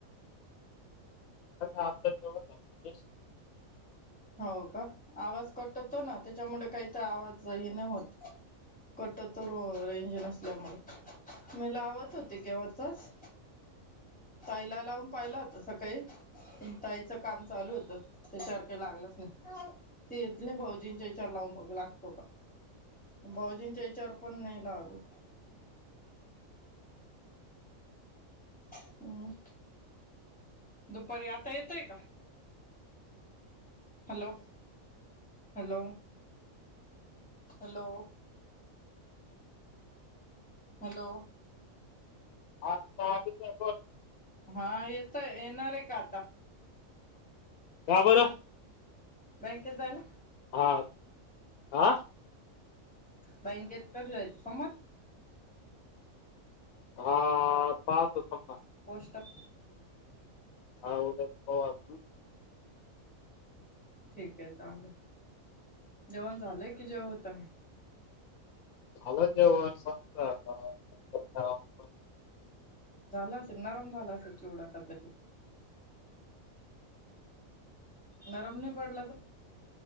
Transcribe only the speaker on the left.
<unintelligible>
आ <unintelligible>
का बर?
हां आ
हा पाहतो थांबा.
हा हो तर हो आप.
झालं जेवण सातला बसलंय आता.